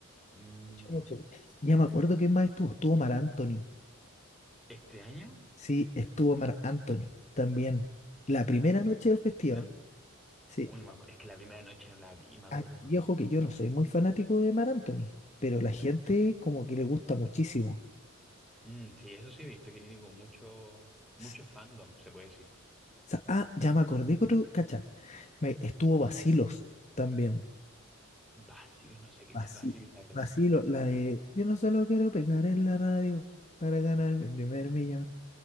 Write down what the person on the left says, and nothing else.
Mucho, mucho, mucho. Ya me acuerdo quién más estuvo. Estuvo Mar Anthony.
Sí, estuvo Marc Anthony también. La primera
noche del festival.
Sí.
Ah, y ojo que yo no soy muy fanático de Marc Anthony, pero la gente como que le gusta muchísimo.
S-
sa- ah, ya me acordé que otro, cacha, me, estuvo Vacilos también.
Vaci-
Vacilos, la de yo no solo quiero pegar en la radio para ganar mi primer millón.